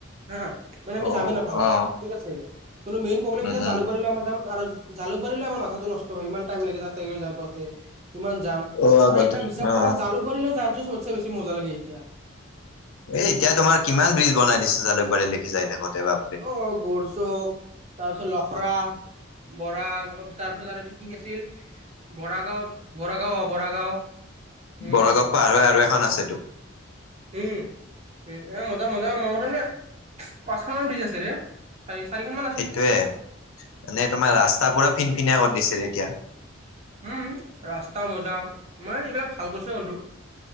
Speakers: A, on the right; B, on the left.
A: হা মানে আমি
B: অ
A: জামে নাপাওঁ আৰু
B: অ
A: ঠিক আছে। কোনো মেইন পবলেম
B: উম
A: এতিয়া
B: উম
A: জালুকবাৰী আমাৰ জাম আৰু জালুকবাৰী লৈ আমাৰ মাথাটো নষ্ট ত সিমান টাইম লাগে তাতে যাই পাওঁতে ইমান যাম
B: অ আগতে
A: আৰু সেইতা বিশ্বাস
B: অ
A: কৰা জালুক বাৰিলৈ যাওঁতে চবতছে বেছি মজা লাগে এতিয়া।
B: এ এতিয়া তোমাৰ কিমান ব্ৰীজ বনাই দিছে জালুকবাৰী লিকি যাই থাকোঁতে বা
A: অ, গৰচুক তাৰপিছত লখৰা বৰাল তাৰপিছত আৰু এইটো কি আছিল বৰাগাঁওত বৰাগাঁও অ, বৰাগাঁও। উম
B: বৰগাঁও পাৰ হয় আৰু এখন আছেতো।
A: উম, উ এ মজা-মজা মই মতে যে তামাম ব্ৰিজ আছে ৰে। চাৰি- চাৰিখনমান
B: সেইটোয়ে মানে তোমাৰ ৰাস্তা পুৰা ফিনফিনিয়া কৰ দিছিৰে এতিয়া।
A: উম, ৰাস্তা মজা তোমাৰ এইবিলাক ভাল কৰচে বন্ধু।